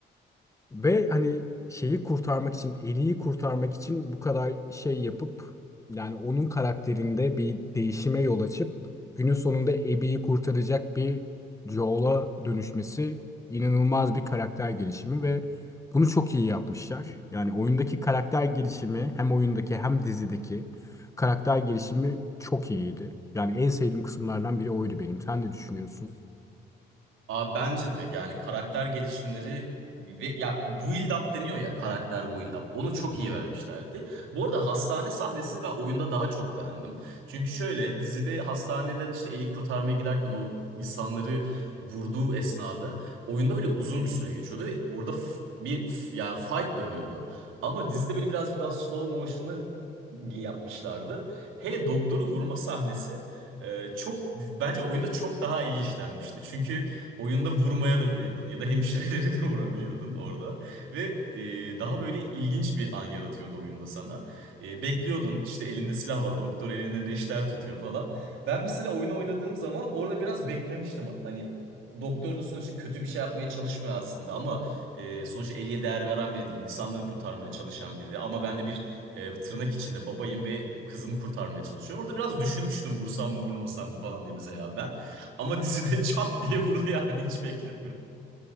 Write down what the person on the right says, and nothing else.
Aa, bence de yani karakter gelişimleri ve ya build up deniyor ya karakter build up. Onu çok iyi vermişlerdi. Bu arada hastane sahnesini ben oyunda daha çok beğendim. Çünkü şöyle dizide hastaneden işte Eli kurtarmaya giderken o insanları vurduğu esnada oyunda böyle uzun bir süre geçiyordu. ve Orada f- bir f- yani fight dönüyordu. Ama dizide böyle birazcık daha slow motion'ı yapmışlardı. Hele doktoru vurma sahnesi e, çok bence oyunda çok daha iyi işlenmişti. Çünkü Oyunda vurmaya da biliyordun ya da hemşireleri de <laughs> vurabiliyordun orada. Ve e, daha böyle ilginç bir an yaratıyordu oyunda sana. E, bekliyordun işte elinde silah var doktor elinde neşter tutuyor falan. Ben mesela oyunu oynadığım zaman orada biraz beklemiştim. Hani doktor da sonuçta kötü bir şey yapmaya çalışmıyor aslında ama e, sonuçta Ellie'ye değer veren biri değil. İnsanlığı kurtarmaya çalışan biri ama ben de bir e, tırnak içinde babayım ve kızımı kurtarmaya çalışıyorum. Orada biraz düşünmüştüm vursam mı vurmasam mı falan diye mesela ben. Ama dizide <laughs> çat diye vurdu yani hiç bekletmedim.